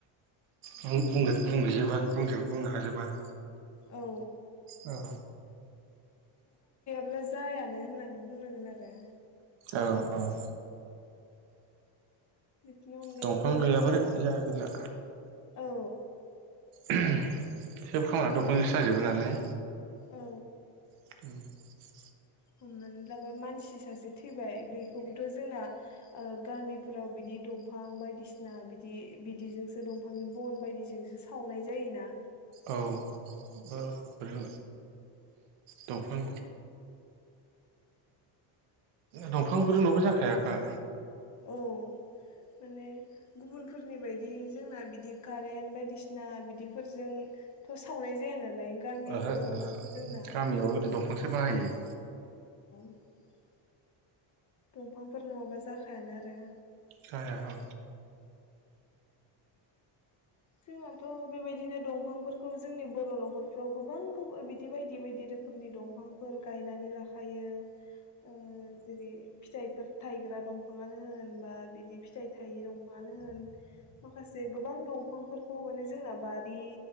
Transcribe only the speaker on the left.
औ
ब्ला जायानो होननानै बुंनांगोन आरो
बिदिनि अनगायैबो
जोंहा
औ
औ
हमनानै लाबाय मानसि सासे थैबाय बेखौबोथ' जोंना ओ गामिफोराव बिदि दंफां बायदिसिना बिदि बिदिजोंसो दंफांनि बन बायदिजोंसो सावनाय जायोना
औ माने गुबुनफोरनि बायदि जोंना बिदि कारेन्ट बायदिसिना बिदिफोरजोंथ' सावनाय जाया नालाय गामियावथ'
जोंना
<inaudible> दंफांफोर नङाबा जाखायानो आरो
जोंनाथ' बेबायदिनो दंफांफोरखौ जोंनि बर' न'खरफ्राव गोबां बिदि बायदि बायदि रोखोमनि दंफांफोर गायनानै लाखायो ओ जेरै फिथाइफोर थायग्रा दंफाङानो होन बा बिदि फिथाइ थायि दंफाङानो होन माखासे गोबां दंफां फोरखौ माने जोंना बारि